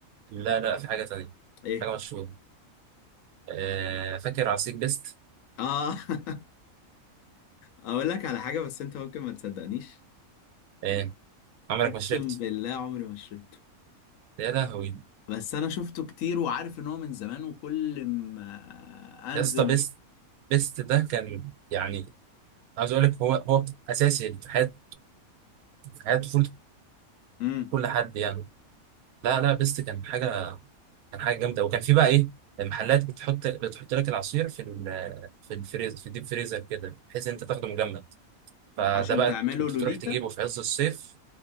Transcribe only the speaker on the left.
ايه
اه <laughs> اقول لك على حاجة بس انت ممكن ما تصدقنيش
اقسم
بالله عمري ما شربته
بس انا شفته كتير وعارف ان هو من زمان وكل ما انزل
امم
عشان
تعمله
لوليتا